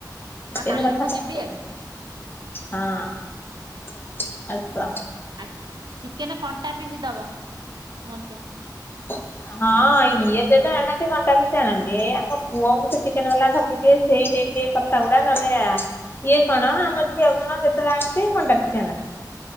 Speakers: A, on the right; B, on the left.
A: ଆଉ
B: ଏମତି
A: କାଲି
B: କଥା
A: ମୁଁ
B: କାହିଁକି
A: ଯିବି
B: କୋଉଚୁ?
A: ଆଉ
B: ହଁ ଅଳ୍ପ
A: ଆ ଚିକେନ କଣ୍ଟା ପିସ ଦବ ମତେ।
B: ଓହ ହଁ ଇଏ ଯେବେ ଆଣନ୍ତି କଣ୍ଟା ପିସ ଆଣନ୍ତି ଏଇ ଆମ ପୁଅଙ୍କୁ ସିଏ ଚିକେନ ବାଲା ଠକିଦିଏ, ସେଇ ଦେଇଦିଏ କ ତା ଗୁଡା ନନେଲେ ଆ ଇଏ କଣ ଆମ ଝିଅ କଣ ଯେତେବେଳେ ଆଣନ୍ତି କଣ୍ଟା ପିସ ଆଣନ୍ତି।